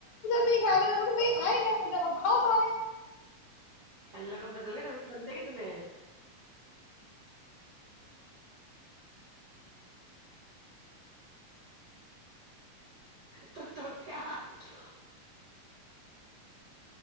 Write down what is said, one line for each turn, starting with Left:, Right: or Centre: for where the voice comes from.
Left: نہیں کھائےیں گا کھائیں گے کاؤ سارے
Right: اللہ کا فضل کر بندے کتنے ہیں تو ٹوٹے آ کی